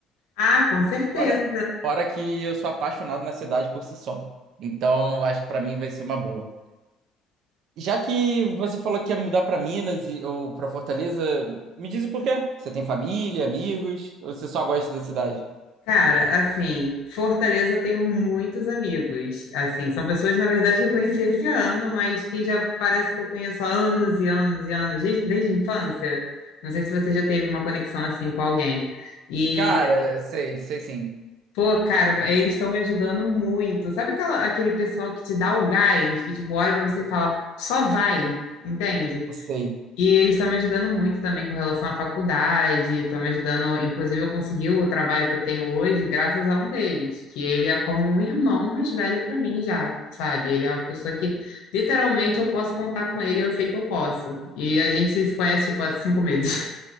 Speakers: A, on the left; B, on the right.
A: Ah, com certeza.
B: Fora, fora que eu sou apaixonado na cidade por si só. Então, acho que para mim vai ser uma boa. Já que você falou que ia mudar pra Minas e- ou pra Fortaleza, me diz o porquê. Você tem família, amigos, ou você só gosta da cidade?
A: Cara, assim, Fortaleza eu tenho muitos amigos. Assim, são pessoas, na verdade, que eu conheci esse ano, mas que já parece que eu conheço há anos e anos e anos, desde, desde a infância. Não sei se você já teve uma conexão assim com alguém. E,
B: Cara, sei, sei sim.
A: pô, cara, eles estão me ajudando muito. Sabe aquela, aquele pessoal que te dá o gás, que, tipo, olha pra você e fala, só vai, entende?
B: Sei.
A: E eles estão me ajudando muito também com relação à faculdade, estão me ajudando, inclusive eu consegui o trabalho que eu tenho hoje graças a um deles, que ele é como um irmão mais velho para mim já, sabe? Ele é uma pessoa que literalmente eu posso contar com ele, eu sei que eu posso. E a gente se conhece tipo há cinco meses.